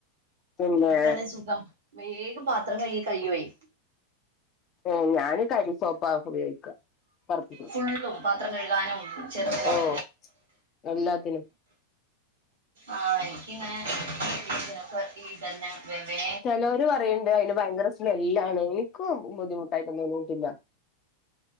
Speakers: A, on the left; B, on the right.
A: പിന്നെ
B: അത് കിട്ടാണെ സുഖാ വേഗം പാത്രം കൈകി കൈയ്യോയ്
A: ഏയ് ഞാന് കരി സോപ്പ ഉപയോഗിക്ക പർപ്പി
B: ഫുള്ളും പാത്രം കഴുകാനും ചെറുതിനും
A: ഓഹ് എല്ലാത്തിനും
B: ആഹ് എനിക്കിങ്ങനെ ഇതിനൊക്കെ ഇതന്നെ വേ
A: ചെലോല് പറീണ്ട് അയിന് ഭയങ്കര സ്മെല്ലാണ് എനിക്കു ബുദ്ധിമുട്ടായിട്ടൊന്നും തോന്നിട്ടില്ല